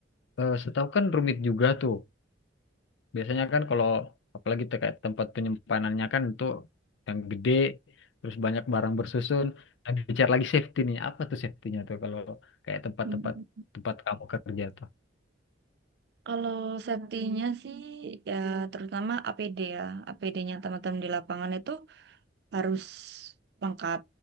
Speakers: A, on the left (about 70°); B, on the right (about 55°).
A: eh, setahu kan rumit juga tuh. Biasanya kan kalau apalagi tuh kayak tempat penyimpanannya kan itu yang gede, terus banyak barang bersusun. Nah, bicara lagi safety nih, apa tuh safety-nya tuh kalau kayak tempat-tempat
B: Mhm.
A: tempat kamu kerja tuh.
B: Kalau safety-nya sih ya terutama APD ya. APD-nya teman-teman di lapangan itu harus lengkap.